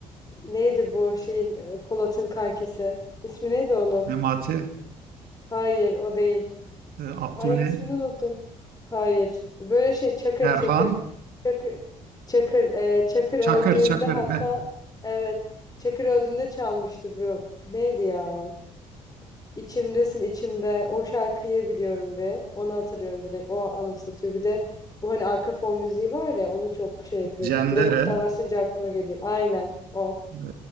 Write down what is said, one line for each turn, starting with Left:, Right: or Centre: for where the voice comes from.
Left: neydi bu şeyin e, Polat'ın kankisi. İsmi neydi onun?
Right: Memati,
Left: Hayır o değil.
Right: e, Abdullah
Left: Ay ismini unuttum. Hayır. Böyle şey Çakır
Right: Erhan,
Left: Çakır. Çakır Çakır e, Çakır
Right: Çakır,
Left: öldüğünde
Right: Çakır,
Left: hatta
Right: heh.
Left: evet Çakır öldüğünde çalmıştı bu. Neydi ya? İçimdesin içimde. O şarkıyı biliyorum bir. Onu hatırlıyorum direkt. O anımsatıyor. Bir de bu hani arka fon müziği var ya onu çok şey yapıyorum.
Right: Cendere,
Left: Direkt Kurtlar Vadisi deyince aklıma geliyor. Aynen o.
Right: e,